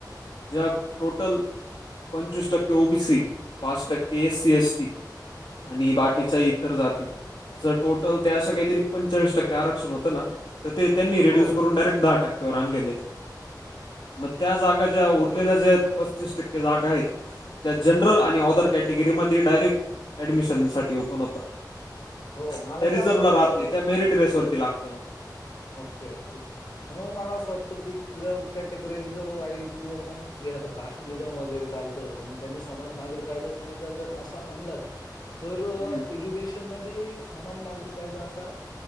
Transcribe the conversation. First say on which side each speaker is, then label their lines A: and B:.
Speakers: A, on the left; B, on the left.
A: जब टोटल पंचवीस टक्के ओबी सी पाच टक्के एस सी एस टी आणि बाकीच्या
B: ओके
A: इतर जाती जर टोटल त्याशी काहीतरी पंचाळीस टक्के आरक्षण होतं ना तर ते त्यांनी रिड्यूस
B: हो
A: करून डायरेक्ट दहा टक्क्यावर आणलेलं आहे. मग त्या जागा ज्या उरलेल्या ज्या पस्तीस टक्के जागा आहेत. त्या जनरल आणि ऑदर कॅटेगरीमध्ये डायरेक्ट मिशनसाठी ओपन होता,
B: हो
A: त्या
B: मला
A: रिझर्व्ह
B: तर असं वाटतं
A: राहत नाही, त्या मेरिट बेसवरती लागतात मग.
B: Okay, okay. म्हणून मला असं वाटतं की तिथं कॅटेगरी वाईज किंवा मग जे आता काश्मीरला जसं वगैरे चालतं, मग त्यांनी समान नागरी कायदा समजा जर असा आणलाच तर
A: हम्म
B: एज्युकेशनमध्ये समान नागरी कायदा असा